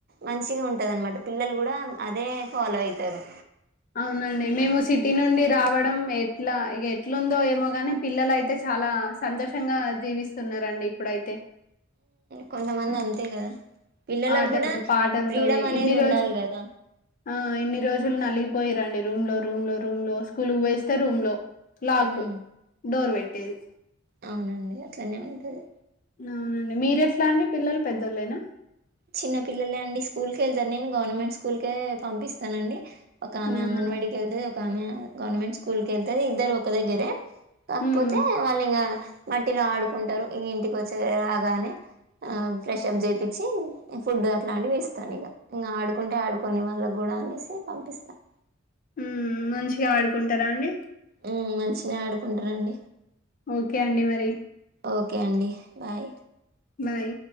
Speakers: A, on the right; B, on the left.
A: మంచిగా ఉంటది అనమాట పిల్లలు కూడా అదే ఫాలో అయితారు
B: అవునండి మేము సిటీ నుండి రావడం ఎట్లా ఇక ఎట్లుందో ఏమో గాని పిల్లలు అయితే చాలా సంతోషంగా జీవిస్తున్నరండి ఇప్పుడైతే
A: కొంతమంది
B: హ్మ్.
A: అంతే కదా పిల్లలకు
B: ఆటలు
A: కూడా
B: పాటలతోని
A: ఫ్రీడమ్ అనేది
B: ఇన్ని
A: ఉండాలి
B: రోజు
A: కదా
B: ఆ ఇన్ని రోజులు నలిగిపోయి రండి రూమ్ లో రూమ్ లో రూమ్ లో స్కూల్ పోయిస్తే రూమ్ లో లాక్
A: ఉమ్
B: దూర్పేట్ ఏవీ
A: అవునండి అట్లనే ఉంటది
B: అవునండి మీరెట్లా అండి పిల్లలు పెద్దోళ్ళైనా
A: చిన్న పిల్లలే అండి స్కూల్కెళ్తారు నేను గవర్నమెంట్ స్కూల్కే పంపిస్తానండి ఒక ఆమె
B: అవునా
A: అంగన్వాడికి వెళ్తది ఒక్ గవర్నమెంట్ స్కూల్కి ఏళ్తాడు ఇద్దరు ఒక దగ్గర కాకపోతే
B: ఉమ్
A: వాళ్ళ ఇగ మట్టిలో ఆడుకుంటారు ఇ ఇంటికి వచ్చే రాగానే ఆ ఫ్రెషప్ చేపిచ్చి ఫుడ్ అట్లాంటివి ఇస్తాను ఇగ ఇంకా ఆడుకుంటే ఆడుకొని వాళ్ళకి కూడా అనేసి పంపిస్తాను
B: ఉమ్ మంచిగా ఆడుకుంటారా అండి
A: ఉ మంచినే ఆడుకుంటారండి
B: ఓకే అండి మరి
A: ఓకే అండి బాయ్
B: బాయ్